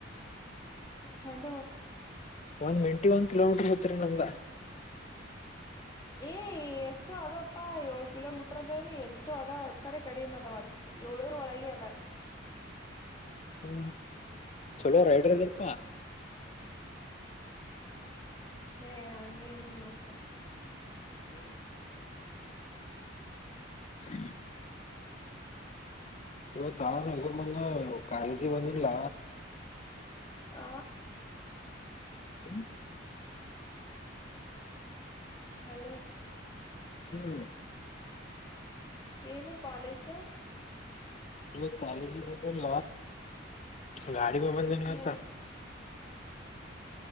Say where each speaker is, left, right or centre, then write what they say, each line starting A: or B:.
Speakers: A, on the left; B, on the left.
A: ಹಲೋ
B: ಒಂದ್ ಮೆಂಟಿಗೆ ಒಂದ್ ಕಿಲೋಮೀಟರ್ ಹತರಿ ನಂದ
A: ಏ್ ಎಷ್ಟು ಅದಪ್ಪಾ ಏಳ್ ಕಿಲೋಮೀಟರ್ದೇನ ಎಷ್ಟು ಅದ ಕಡೆ ಕಡಿ ಅದವಟ್ ಏಳೂರು ಒಳಗೆ ಆದ
B: ಹೂ ಚಲೋ ರೈಡ್ರದಲ್ಪ್ಪಾ
A: ಏ ಅಂಗೇನಲ್ಲೋಪ
B: ಹೂ ಹೂ ಇವತ್ತು ಆದ ಬಂದು ಕಾಲೇಜಿಗೆ ಬಂದಿಲ್ಲ
A: ಆ
B: ಹೂ
A: ಹಲೋ
B: ಹೂ
A: ಏನು ಕಾಲೇಜು
B: ಇವತ್ತು ಕಾಲೇಜ್ ಬಂದ್ ಗಾಡಿ ಮೇಲೆ ಬಂದಿನಿ
A: ಹ್ಮ
B: ಇವತ್ತು